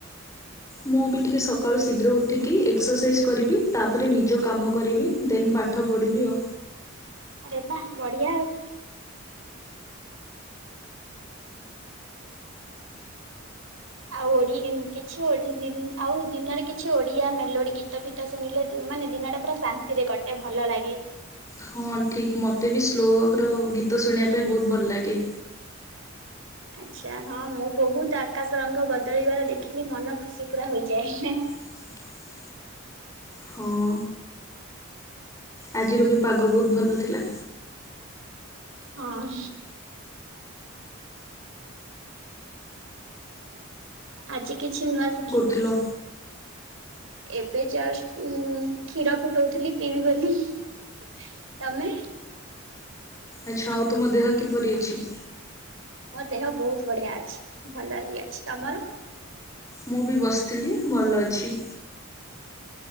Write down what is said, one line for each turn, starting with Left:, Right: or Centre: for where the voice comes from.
Left: ମୁଁ ବି ଟିକେ ସକାଳୁ ଶୀଘ୍ର ଉଠିକି ଏକ୍ସରସାଇଜ୍ କରିବି ତାପରେ ନିଜ କାମ କରିବି ଦେନ୍ ପା ଠ ପଡଢିବି ଆଉ।
Right: ଆରେ ବା ବଢିଆ ଆଉ। ଆଉ ଓଡି <unintelligible> ଆଉ ଦିନରେ କିଛି ଓଡିଆ ମେଲୋଡି ଗୀତ ଫି ଗୀତ ଶୁଣିଲେ ଦି ମାନେ ଦିନଟା ପୁରା ଶାନ୍ତିରେ କଟେ ଭଲ ଲାଗେ।
Left: ହଁ ଠିକ୍ ମତେ ବି ସ୍ଲୋର ଗୀତ ଶୁଣିବା ପାଇଁ ବହୁତ ଭଲ ଲାଗେ।
Right: ଆଚ୍ଛା ହଁ ମୁଁ ବହୁତ ଆକାଶ ରଙ୍ଗ ବଦଳିବାର ଦେଖିଲି ମନ ଖୁସି ପୁରା ହୋଇଯାଏ ହେଁ ହେଁ।
Left: <inaudible> ହଁ। ଆଜିର ବି ପାଗ ବହୁତ ଭଲ ଥିଲା।
Right: ହଁ। ଆଜି କିଛି ନୂଆ ଶିଖି
Left: ହାଲୋ।
Right: ଏବେ ଯଷ୍ଟ ଉମ୍ କ୍ଷୀର ଫୁଟଉଥିଲି ପିିବି ବୋଲି ତମେ?
Left: ଆଚ୍ଛା ଆଉ ତୁମ ଦେହ କିପରି ଅଛି?
Right: ମୋ ଦେହ ବହୁତ ବଢିଆ ଅଛି। ଭଲରେ ବି ଅଛି। ତମର?
Left: ମୁଁ ବି ବସିଥିଲି ଭଲ ଅଛି।